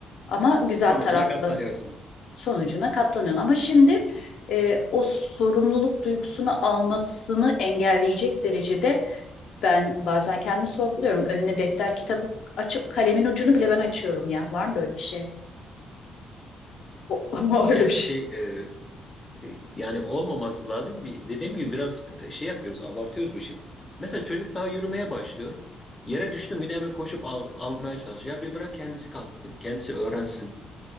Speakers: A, on the left (about 65°); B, on the left (about 15°).
A: Ama güzel
B: Sonucuna
A: taraflı
B: katlanıyorsun.
A: sonucuna katlanıyorsun. Ama şimdi e, o sorumluluk duygusunu almasını engelleyecek derecede ben bazen kendimi sorguluyorum. Önüne defter kitabı açıp kalemin ucunu bile ben açıyorum ya. Var mı böyle bir şey? O, <laughs> öyle
B: Ya
A: bir
B: işte
A: şey.
B: e, E, Yani olmaması lazım. Bir, dediğim gibi biraz e, şey yapıyoruz, abartıyoruz bu işi. Mesela çocuk daha yürümeye başlıyor. Yere düştü mü de hemen koşup al- almaya çalışıyor. Ya bir bırak kendisi kalksın, kendisi öğrensin.